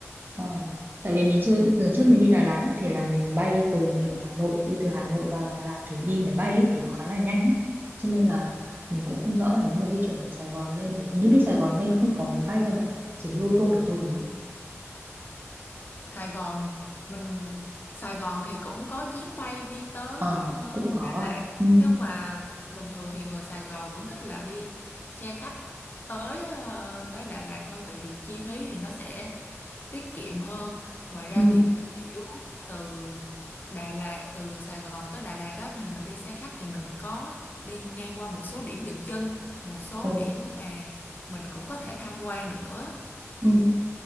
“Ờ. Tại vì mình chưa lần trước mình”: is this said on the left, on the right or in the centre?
Right